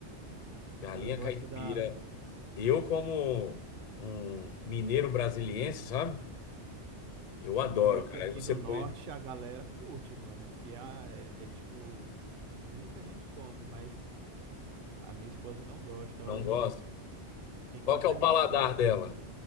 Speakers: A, on the left (about 50°); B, on the right (about 55°).
A: galinha
B: Ela gosta
A: caipira.
B: da.
A: Eu, como um mineiro brasiliense, sabe? Eu adoro,
B: E pior
A: cara.
B: que aqui
A: Aí você
B: no
A: põe,
B: norte a galera curte, mano. Aqui a- é, é, tipo, muita gente come, mas a minha esposa não gosta,
A: não
B: olha.
A: gosta.
B: Quem
A: Qual
B: gosta
A: que é o
B: é minha
A: paladar
B: sogra.
A: dela?